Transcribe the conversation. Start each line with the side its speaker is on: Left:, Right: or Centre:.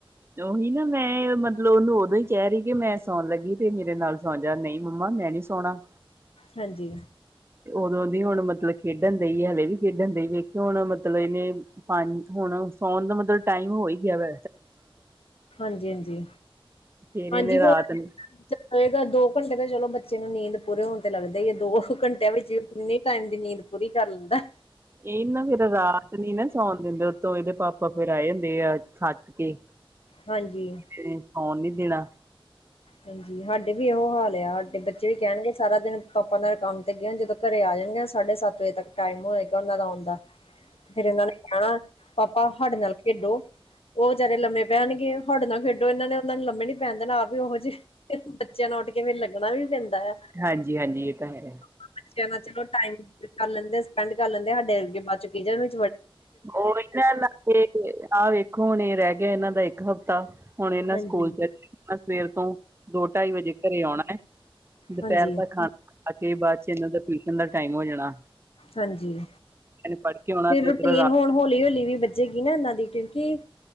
Right: ਉਹੀ ਨਾ, ਮੈਂ ਮਤਲਬ ਉਹਨੂੰ ਉਦੋਂ ਹੀ ਕਹਿ ਰਹੀ ਕਿ ਮੈਂ ਸੌਣ ਲੱਗੀ। ਤੇ ਮੇਰੇ ਨਾਲ ਸੋ ਜਾ ਨਹੀਂ ਮੰਮਾ, ਮੈਂ ਨੀ ਸੋਣਾ।
Left: ਹਾਂਜੀ।
Right: ਤੇ ਉਦੋਂ ਦੀ ਹੁਣ ਮਤਲਬ ਖੇਡਣ ਦੇਈ ਹਾਲੇ ਵੀ ਹਾਲੇ ਵੀ ਖੇਡਣ ਦੇਈ ਏ ਵੇਖ ਹੁਣ, ਮਤਲਬ ਇਹਨੇ ਪੰਜ ਹੁਣ ਸੌਣ ਦਾ ਮਤਲਬ ਟਾਈਮ ਹੋ ਹੀ ਗਿਆ ਵਾ,
Left: ਹਾਂਜੀ-ਹਾਂਜੀ,
Right: ਫੇਰ
Left: ਹਾਂਜੀ
Right: ਇਹਨੇ ਰਾਤ
Left: <inaudible>
Right: ਨੂੰ
Left: ਜਾਏਗਾ ਦੋ ਘੰਟੇ ਤਾਂ ਚਲੋ ਬੱਚੇ ਨੂੰ ਨੀਂਦ ਪੂਰੇ ਹੋਣ ਤੇ ਲੱਗਦੇ ਈ ਆ ਦੋ ਘੰਟਿਆਂ ਵਿੱਚ ਕਿੰਨੇ ਟਾਈਮ ਦੀ ਨੀਂਦ ਪੂਰੀ ਕਰ ਲੈਂਦਾ।
Right: ਇਹ ਨਾ ਫੇਰ, ਰਾਤ ਨੀ ਨਾ ਸੌਣ ਦਿੰਦੇ ਉ ਇਹਦੇ ਪਾਪਾ ਫੇਰ ਆਏ ਹੁੰਦੇ ਆ ਥੱਕ ਕੇ,
Left: ਹਾਂਜੀ
Right: ਤੇ ਸੌਣ ਨੀ ਦੇਣਾ
Left: ਹਾਂਜੀ ਸਾਡੇ ਵੀ ਇਹੋ ਹਾਲ ਆ, ਸਾਡੇ ਬੱਚੇ ਵੀ ਕਹਿਣਗੇ ਸਾਰਾ ਦਿਨ ਪਾਪਾ ਨਾਲ ਕੰਮ ਜਦੋਂ ਘਰੇ ਆ ਜਾਣੀਆਂ, ਸਾਢੇ ਸੱਤ ਵਜੇ ਤੱਕ ਟਾਈਮ ਹੋਏਗਾ ਉਹਨਾਂ ਦੇ ਆਣ ਦਾ। ਫੇਰ ਇਹਨਾਂ ਨੇ ਕਹਿਣਾ, ਪਾਪਾ ਆਹਡੇ ਨਾਲ ਖੇਡੋ। ਉਹ ਬਚਾਰੇ ਲੰਮੇ ਪੈਣਗੇ ਆਹਡੇ ਨਾਲ ਖੇਡੋ ਇਹਨਾਂ ਨੇ ਉਹਨਾਂ ਨੂੰ ਲੰਮੇ ਨੀ ਪੈਣ ਦੇਣਾ ਆਪ ਵੀ ਉਹ ਜਿਹੇ ਬੱਚਿਆਂ ਨਾਲ ਉੱਠ ਕੇ ਫੇਰ ਲੱਗਣਾ ਵੀ ਪੈਂਦਾ
Right: ਹਾਂਜੀ-ਹਾਂਜੀ-ਹਾਂਜੀ ਇਹ ਤਾਂ ਹੈ।
Left: ਬੱਚਿਆਂ ਨਾਲ ਚਲੋ ਟਾਈਮ ਕਰ ਲੈਂਦੇ ਸਪੈਂਡ ਕਰ ਲੈਂਦੇ ਆ ਸਾਡੇ ਅਰਗੇ ਬਾਦ ਚ ਕਹੀ ਜਾਣ ਵੀ।
Right: ਉਹ ਇਹਨਾਂ ਆਹ ਵੇਖੋ ਹੁਣ ਇਹ ਰਹਿ ਗਿਆ ਇਹਨਾਂ ਦਾ ਇੱਕ ਇੱਕ ਹਫ਼ਤਾ ਹੁਣ ਇਹਨਾਂ
Left: ਹਾਂਜੀ
Right: ਸਕੂਲ ਚ ਸਵੇਰ ਤੋਂ ਦੋ ਢਾਈ ਵਜੇ ਘਰੇ ਆਉਣਾ ਐ ਦੁਪਹਿਰ
Left: ਹਾਂਜੀ
Right: ਦਾ ਖਾਣਾ ਖਾ ਕੇ ਬਾਅਦ ਚ ਇਹਨਾਂ ਦਾ ਟਿਊਸ਼ਨ ਦਾ ਟਾਈਮ ਹੋ ਜਾਣਾ।
Left: ਹਾਂਜੀ
Right: ਨੇ ਪੜ੍ਹ ਕੇ ਆਉਣਾ
Left: ਫਿਰ
Right: ਤੇ
Left: ਰੂਟੀਨ
Right: ਉਧਰੋਂ ਰਾਤ
Left: ਹੋਣ ਹੋਲੀ ਹੋਲੀ ਹੌਲੀ ਵੀ ਵੱਜੇਗੀ ਨਾ ਇਹਨਾਂ ਦੀ ਕਿਉਂਕਿ